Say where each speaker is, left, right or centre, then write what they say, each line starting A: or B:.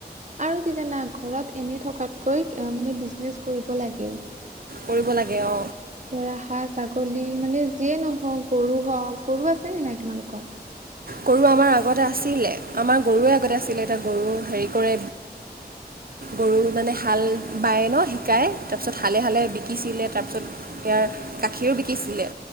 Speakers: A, on the right; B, on the right.
A: আৰু কি জানা ঘৰত এনেই থকাতকৈ মানে বিজনেছ কৰিব লাগে।
B: কৰিব লাগে অ।
A: ধৰা হাঁ ছাগলী মানে যিয়ে নহওক। গৰু হ গৰু আছে নে নাই তোমালোকৰ।
B: গৰু আমাৰ আগতে আছিলে আমাৰ গৰুৱে আগতে আছিলে এতিয়া গৰু হেৰি কৰে। গৰু মানে হাল বায় ন শিকাই তাৰপিছত হালে হালে বিকিছিলে তাৰ পিছত। ইয়াৰ গাখীৰো বিকিছিলে।